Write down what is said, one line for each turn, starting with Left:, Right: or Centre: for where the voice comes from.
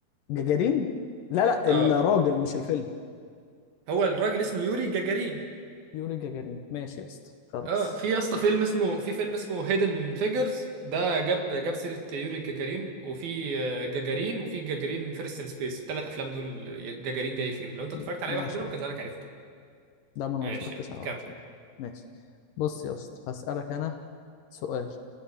Left: جاجارين لا لا
Right: اه
Left: الراجل مش الفيلم
Right: هو الراجل اسمه يوري جاجارين
Left: يوري جاجارين ماشي يا اسطى خلاص
Right: اه في يا اسطى فيلم اسمه في فيلم اسمه هيدن فيجرز ده جاب جاب سيرة يوري جاجارين وفي آه، جاجارين وفي جاجارين فيرست ان سبيس الثلاث افلام دول جاجارين جاي فيهم لو انت
Left: م-
Right: اتفرجت على
Left: ماشي
Right: اي واحد منهم
Left: يعني
Right: كان زمانك عرفته
Left: ده ما انا
Right: ماشي
Left: ما اتفرجتش
Right: يلا
Left: على واحد
Right: كمل
Left: فيهم ماشي بص يا اسطى هسألك انا سؤال